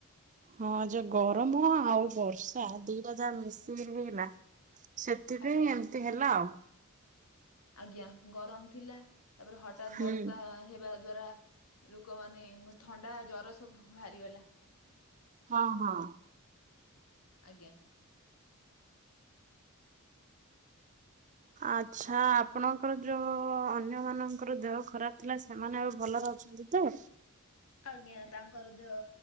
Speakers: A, on the right; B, on the left.
A: ହଁ ଯୋଉ ଗରମ ଆଉ ବର୍ଷା ଦିଟାଯାକ ମିଶିକିରି ହେଇଗଲା ସେଥିପାଇଁ
B: ଆଜ୍ଞା
A: ଏମିତି ହେଲା।
B: ଆଜ୍ଞା। ଗରମ ଥିଲା ତା ପରେ ହଠାତ୍
A: ହୁଁ।
B: ବର୍ଷା ହେବା ଦ୍ଵାରା ଲୋକମାନେ ଥଣ୍ଡା ଜର ସବୁ ବାହାରିଗଲା
A: ହଁ
B: ଏମିତି।
A: ହଁ।
B: ଆଜ୍ଞା।
A: ଆଚ୍ଛା। ଆପଣଙ୍କର ଯୋଉ ଅନ୍ୟମାନଙ୍କର ଦେହ ଖରାପ ଥିଲା ସେମାନେ ଏବେ ଭଲରେ ଅଛନ୍ତି ତି।
B: ଆଜ୍ଞା ତାଙ୍କର ଦେହ